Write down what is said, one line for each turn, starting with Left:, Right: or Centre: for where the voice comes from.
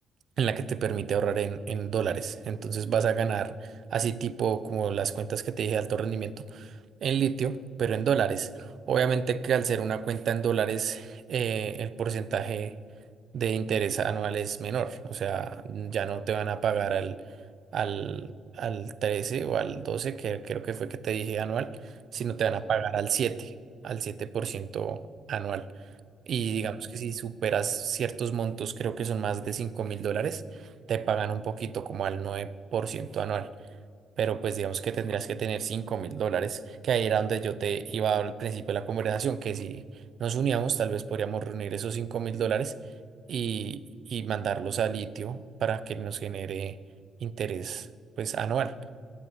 Right: en la que te permite ahorrar en, en dólares. Entonces vas a ganar así tipo como las cuentas que te dije de alto rendimiento en litio, pero en dólares. Obviamente que al ser una cuenta en dólares, eh, el porcentaje de interés anual es menor. O sea, ya no te van a pagar al, al, al 13 o al 12 que creo que fue que te dije anual, sino te
Centre: Sí,
Right: van
Centre: sí.
Right: a pagar al siete al 7% anual. Y
Centre: Ah.
Right: digamos que si superas ciertos montos, creo que son más de cinco mil dólares, te pagan un poquito como al 9% anual. Pero pues digamos que tendrías que tener cinco mil dólares, que ahí era donde yo te iba al principio de la conversación, que si nos uníamos, tal vez podríamos reunir esos cinco mil dólares y, y mandarlos a litio para que nos genere interés pues anual.